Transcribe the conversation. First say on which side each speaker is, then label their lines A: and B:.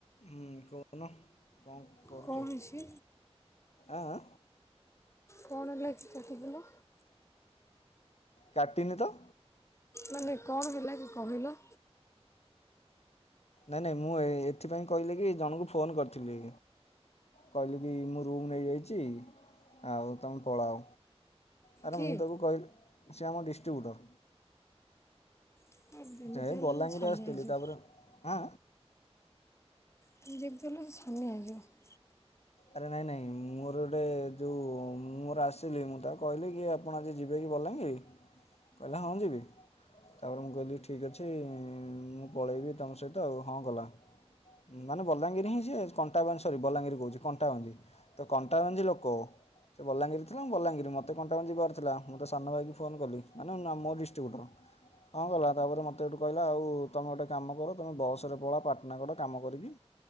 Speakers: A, on the left; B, on the left.
A: ହୁଁ କହୁନ ଙ୍କ କରୁଚ
B: କ'ଣ ହେଇଛି
A: ଆ ଆ
B: କଣ ଲେଖି ଥିବିଲ?
A: କାଟିନି ତ।
B: ମାନେ କଣ ହେଲା କି କହିଲ।
A: ନାଇ ନାଇ ମୁଁ ଏ ଏଥିପାଇଁ କହିଲି କି ଜଣଙ୍କୁ ଫୋନ କରିଥିଲି। କହିଲି କି ମୁଁ ରୁମ୍ ନେଇଯାଇଚି ଆଉ ତମେ ପଳାଅ। ଆରେ
B: କି
A: ମୁଁ ତାକୁ କହିଲି ସେ ଆମ ଡିଷ୍ଟ୍ରିବ୍ୟୁଟର।
B: ଏମିତି
A: ଏଇ
B: ହେଲେ
A: ବଲାଙ୍ଗୀର
B: ମୁଁ ଛାନିଆ
A: ଆସିଥିଲି
B: ହେଇଯିବ
A: ତାପରେ ଆଁ ଆ
B: ତମେ ଯେକ୍ ଦେଲ ସେ ଛାନିଆ ହେଇଯିବ।
A: ଆରେ ନାଇ ନାଇ ମୋର ଗୋଟେ ଯଉଁ ମୋର ଆସିଲି ମୁଁ ତା କହିଲି କି ଆପ୍ ପଣ ଆଜି ଯିବେକି ବଲାଙ୍ଗିର କହିଲା ହଁ ଯିବି। ତାପରେ ମୁଁ କହିଲି ଠିକ୍ ଅଛି ମୁଁ ପଳେଇବି ତମ ସହିତ ଆଉ ହଁ କଲା। ମାନେ ବଲାଙ୍ଗୀରି ହିଁ ସେ କଣ୍ଟାବାନସରି ବଲାଙ୍ଗୀରି କହୁଚି। କଣ୍ଟାଭଞ୍ଜି ତ କଣ୍ଟାଭଞ୍ଜି ଲୋକ ସେ ବଲାଙ୍ଗୀର ଥିଲା ବଲାଙ୍ଗୀର ମୋତେ କଣ୍ଟା କଣ ଯିବାର ଥିଲା ମୁଁ ତ ସାନ ଭାଇକି ଫୋନ କଲି ମାନେ ନା ମୋ ଡିଷ୍ଟ୍ରିବ୍ୟୁଟର। ହଁ କଲା ତାପରେ ମୋତେ ଏଠୁ କହିଲା ଆଉ ତୁମେ ଗୋଟେ କାମ କର ତୁମେ ବସ୍ ରେ ପଳା ପାଟନାଗଡ କାମ କରିକି।